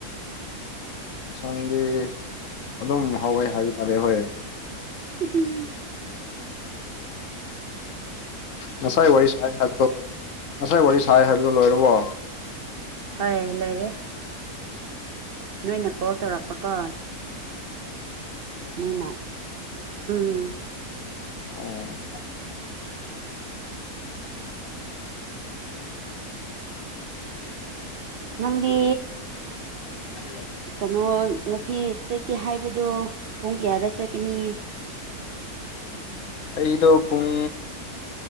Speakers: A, on the left (about 60°); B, on the right (about 75°).
A: ꯏꯟꯁꯥꯡꯗꯤ ꯑꯗꯨꯝ ꯍꯥꯎꯋꯦ ꯍꯥꯏꯕ ꯇꯥꯔꯦ ꯍꯣꯏ
B: ꯍꯨꯝ
A: ꯉꯁꯥꯏ ꯋꯥꯔꯤ ꯁꯥꯏ ꯍꯥꯏꯕꯗꯣ ꯉꯁꯥꯏ ꯋꯥꯔꯤ ꯁꯥꯏ ꯍꯥꯏꯕꯗꯣ ꯂꯣꯏꯔꯕꯣ
B: ꯍꯣꯏ ꯂꯣꯏꯔꯦ ꯅꯣꯏꯅ ꯀꯣꯜ ꯇꯧꯔꯛꯄꯀꯣ ꯃꯣꯏꯅ ꯎꯝ
A: ꯑꯣ
B: ꯅꯪꯗꯤ
A: ꯑ
B: ꯀꯩꯅꯣ ꯉꯁꯤ ꯆꯠꯀꯦ ꯍꯥꯏꯕꯗꯣ ꯄꯨꯡ ꯀꯌꯥꯗ ꯆꯠꯀꯅꯤ
A: ꯑꯩꯗꯣ ꯄꯨꯡ